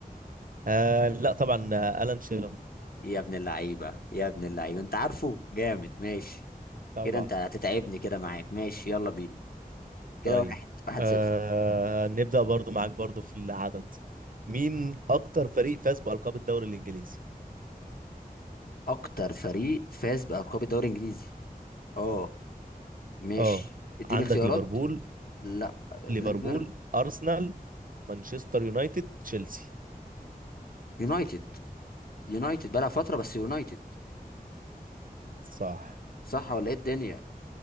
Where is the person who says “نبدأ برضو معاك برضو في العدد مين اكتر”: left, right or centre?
Right